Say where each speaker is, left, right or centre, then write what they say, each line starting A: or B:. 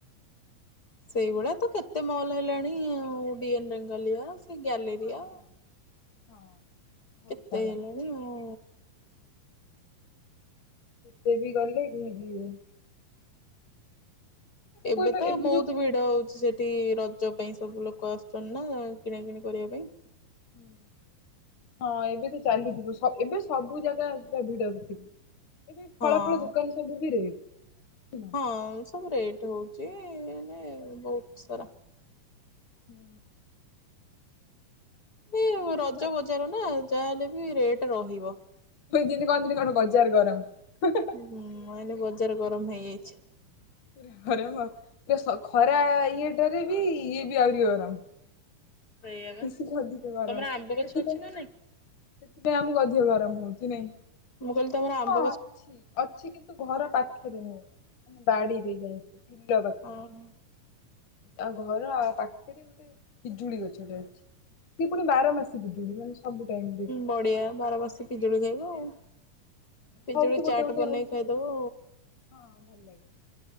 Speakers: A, on the left; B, on the left.
A: ସେଇଭଳିଆ ତ କେତେ ମଅଲ ହେଲାଣି ଆଉ। ଡି ଏନ୍ ରେଙ୍ଗାଲିଆସ୍। ସେ ଗ୍ୟାଲେରିଆ
B: ହଁ ହଁ। ହଁ ବହୁତ
A: କେତେ
B: ସାରା
A: ହେଲାଣି ଆଉ।
B: ଏତେ ବି ଗଲେ କି କି ଏ
A: ଏବେ
B: କଣ କହିଲ
A: ତ ବହୁତ
B: ଯୋଉ
A: ଭିଡ ହଉଚି ସେଠି ରଜ ପାଇଁ ସବୁ ଲୋକ ଆସୁଚନ୍ତି ନା। କିଣାକିଣି କରିବା ପାଇଁ।
B: ହୁଁ। ହଁ ଏବେ ତ ଚାଲିଯିବୁ ସ ଏବେ ସବୁ ଜାଗା ପୁରା ଭିଡ ଭି ଥିବ। ଏବେ
A: ହଁ
B: ଫଳ ଫଳ ଦୋକାନ ସବୁ ବି ରେଟ ହେଲା।
A: ହଁ ସବୁ ରେଟ୍ ହଉଚି ଏନେ ବହୁତ ସାରା।
B: ହୁଁ।
A: ଏବେ
B: ଆଚ୍ଛା
A: ରଜ ବଜାର ନା ଯାହାହେଲେ ବି ରେଟ ରହିବ।
B: ଦିନି କହନ୍ତିନି କଣ ବଜାର ଗରମ। ପୁରା
A: ହୁଁ ହୁଁ ଏଇନା ବଜାର ଗରମ ହେଇଯାଇଚି।
B: ପୁରା ଗରମ ଆଉ। ସ ଖରା ଇଏଟାରେ ବି ଇଏ ବି ଆହୁରି ଗରମ।
A: ସେଇଆ ବା
B: ବେଶି ଠୁ ଅଧିକ ଗରମ
A: ତମର ଆମ୍ବ ଗଛ
B: ସେଥିପାଇଁ
A: ଅଛି
B: ସେଥିପାଇଁ
A: ନା ନାଇଁ?
B: ଆମକୁ ଅଧିକ ଗରମ ହଉଚି ନାଇଁ।
A: ମୁଁ କହିଲି ତମର ଆମ
B: ହଁ ଅଛି। ଅଛି କିନ୍ତୁ ଘର ପାଖରେ ନୁହେଁ ମାନେ ବାଡିରେ ଯାଇକି ବିଲ ପାଖରେ।
A: ଅ ହଁ।
B: ଆଉ ଘର ପାଖରେ ଗୋଟେ ପିଜୁଳି ଗଛଟେ ଅଛି। ସେିଏ ପୁଣି ବାର ମାସୀ ପିଜୁଡି ମାନେ ସବୁ ଟାଇମ ରେ।
A: ବଢିଆ ବାରମାସ ପିଜୁଳି ଖାଇବ ଆଉ। ପିଜୁଳି
B: ହଉଛି ଗୋଟେ
A: ଚାଟ୍
B: ଗୋଟେ
A: ବନେଇକି
B: ହଉଛି।
A: ଖାଇଦବ।
B: ହଁ ଭଲ ଲାଗେ